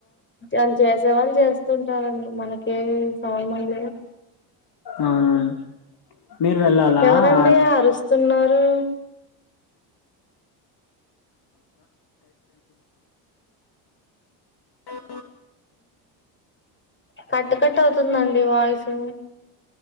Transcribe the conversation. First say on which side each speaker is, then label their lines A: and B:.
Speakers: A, on the left (about 25°); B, on the left (about 50°).
A: అని చేసే వాళ్ళు చేస్తుంటారండి మనకి కే సంబద్ లేదు
B: అవునా అండి. మీరు వెళ్ళాలా
A: ఎవరండి
B: ఆ,
A: అరుస్తున్నారు
B: అ
A: కట్టు కట్ అవుతుందండి వాయిసు